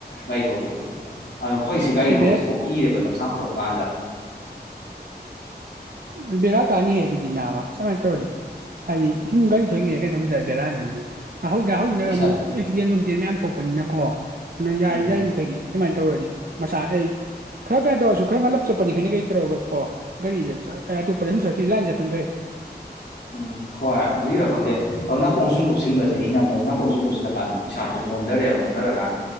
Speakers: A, on the left (about 80°); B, on the right (about 60°).
A: ꯒꯥꯔꯤ ꯊꯧꯕꯗꯣ ꯑꯗꯣ ꯍꯧꯖꯤꯛꯁꯤ ꯒꯥꯔꯤ
B: ꯑꯦ ꯕꯦꯔꯥ
A: ꯊꯧꯕꯁꯤ ꯀꯣꯛꯀꯤꯔꯦꯕ ꯂꯝꯁꯥꯡ ꯊꯧꯔꯀꯥꯟꯗ
B: ꯎ ꯕꯦꯔꯥ ꯀꯥꯅꯤꯍꯦ ꯑꯗꯨꯗꯤ ꯅꯥꯕ ꯁꯨꯃꯥꯏꯅ ꯇꯧꯔꯗꯤ ꯍꯥꯏꯗꯤ ꯁꯨꯝ ꯔꯤ ꯊꯅꯤꯡꯉꯦ ꯀꯩꯅ ꯇꯧ ꯂꯩꯑꯦ ꯕꯂꯥ ꯅꯗꯤ ꯍꯧꯖꯤꯛ ꯍꯧꯖꯤꯅ
A: ꯏꯁꯥ
B: ꯑꯃꯨꯛ ꯑꯦꯛꯁꯤꯗꯦꯟ ꯋꯅꯨꯡꯁꯤꯗꯦꯟ ꯃꯌꯥꯝ ꯊꯣꯛꯄꯅꯤꯅꯀꯣ ꯑꯗꯨꯅ ꯌꯥꯔ
A: ꯎꯝ
B: ꯌꯥꯔꯤꯕ ꯃꯈꯩꯗꯤ ꯏꯃꯥꯏꯅ ꯇꯧꯔꯗꯤ ꯃꯆꯥꯥ ꯑꯩ ꯈꯔ ꯀꯔ ꯇꯧꯔꯁꯨ ꯈꯈꯣꯏ ꯉꯜꯂꯞ ꯆꯠꯄꯅꯤ ꯈꯈꯣꯏꯅ ꯀꯩ ꯇꯧꯔꯒ ꯀꯣ ꯒꯥꯔꯤꯗ ꯑꯇꯣꯄꯔ ꯆꯠꯈꯤ ꯂꯥꯏꯟ ꯆꯠꯄꯅ ꯐꯩ
A: ꯎꯝ ꯍꯣꯏ ꯑꯗꯨꯏꯔ ꯈꯪꯗꯦ ꯑꯗꯣ ꯅꯥꯀꯣꯡ ꯁꯨꯝ ꯀꯨꯞꯁꯤꯟꯕꯁꯦ ꯑꯩꯅ ꯑꯃꯨꯛ ꯅꯥꯀꯣꯡ ꯁꯨꯝ ꯀꯨꯞꯁꯤꯜꯂꯀꯥꯟꯗ ꯏꯁꯥꯁꯦ ꯃꯣꯟꯊꯔꯛꯦꯕ ꯃꯣꯟꯟꯊꯔꯀꯥꯟꯗ